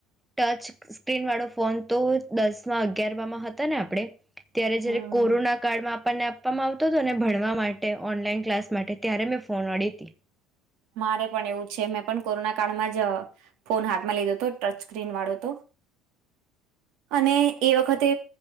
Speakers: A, in the centre; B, on the right.
A: ટચ સ્ક્રીનવાળો ફોન તો દસમાં અગિયારમાં માં હતા ને આપડે ત્યારે જ્યારે
B: હમ હમ
A: કોરોના કાળમાં આપણને આપવામાં આવતો તો ને ભણવા માટે ઓનલાઈન ક્લાસ માટે, ત્યારે મેં ફોન અડી તી.
B: મારે પણ એવું છે મેં પણ કોરોના કાળમાં જ ફોન હાથમાં લીધો તો ટચ સ્ક્રીન વાળો તો અને એ વખતે